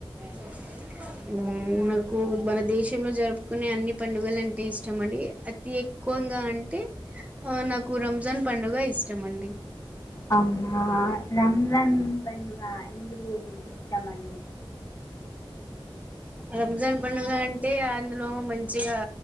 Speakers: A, on the right (about 15°); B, on the left (about 35°).
A: బన్ మ్మ్ మనకు మన దేశంలో జరుపుకునే అన్ని పండుగలు అంటే ఇష్టం అండి అతి ఎక్కువగా అంటే ఆ నాకు రంజాన్ పండుగ ఇష్టం అండి
B: అవునా రంజాన్ పండుగ ఎందుకు ఇష్టమండి
A: రంజాన్ పండుగ అంటే అందులో మంచిగా